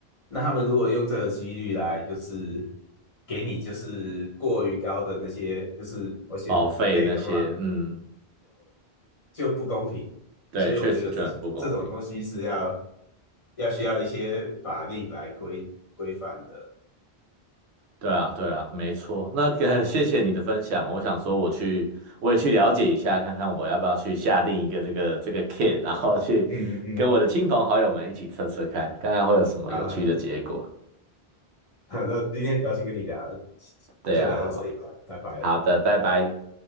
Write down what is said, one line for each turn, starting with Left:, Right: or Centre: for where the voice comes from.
Left: 那他们如果用这个几率来，就是给你就是过于高的那些就是保险费的话，
Right: 保费那些，嗯，
Left: 就不公平。
Right: 对，
Left: 所以我觉得这是这种东西是要
Right: 确实就很不公平。
Left: 要需要一些法令来规规范的。
Right: 对啊，对啊，没错。那个，谢谢你的分享。我想说，我去，我也去了解一下，看看我要不要去下定一个这个这个 kit，然后去跟我的亲朋好友们一起测测看，
Left: 嗯嗯嗯，
Right: 看看会有什么有趣的结果。
Left: 好好好，好那今天很高兴跟你聊，
Right: 对啊，
Left: 就聊到这里吧，
Right: 好，
Left: 拜拜。
Right: 好的，拜拜。